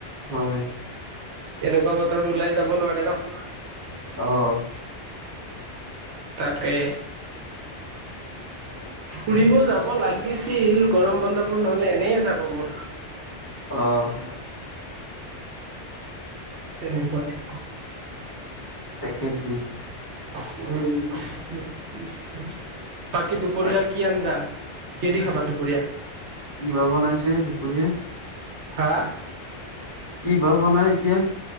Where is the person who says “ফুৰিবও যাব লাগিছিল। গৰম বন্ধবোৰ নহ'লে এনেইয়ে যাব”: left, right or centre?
Right